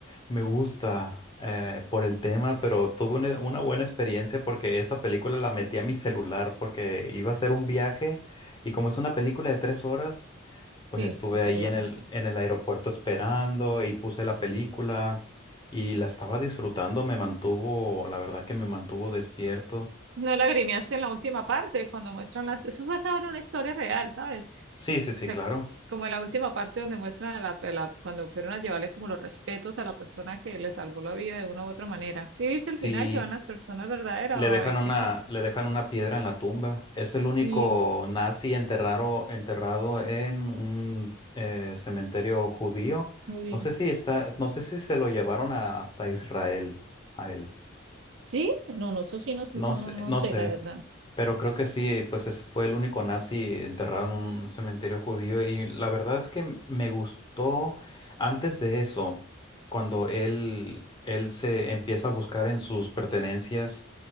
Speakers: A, on the left; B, on the right.
A: Me gusta eh, por el tema, pero tuve una, una buena experiencia porque esa película la metí a mi celular porque iba a hacer un viaje y como es una película de tres horas,
B: Sí,
A: pues estuve
B: es súper
A: ahí
B: larga.
A: en el, en el aeropuerto esperando y puse la película y la estaba disfrutando, me mantuvo, la verdad que me mantuvo despierto.
B: No la grineaste en la última parte, cuando muestran las... Eso es basado en una historia real, ¿sabes?
A: Sí, sí, sí,
B: O sea,
A: claro.
B: como en la última parte donde muestran a la, a la- cuando fueron a llevarle como los respetos a la persona que le salvó la vida de una u otra manera. ¿Sí viste
A: Sí,
B: el final que van las personas verdaderas?
A: Le dejan
B: Ay, qué...
A: una,
B: co-
A: le dejan una piedra en la tumba. Es
B: Sí,
A: el único nazi enterrado, enterrado en un eh, cementerio judío.
B: no digo.
A: No sé si está, no sé si se lo llevaron a- hasta Israel a él.
B: ¿Sí? No, no, eso sí, no,
A: No
B: no, no
A: sé,
B: no
A: no
B: sé,
A: sé.
B: la verdad.
A: Pero creo que sí, pues es- fue el único nazi enterrado en un cementerio judío. Y la verdad es que me gustó antes de eso, cuando él, él se empieza a buscar en sus pertenencias.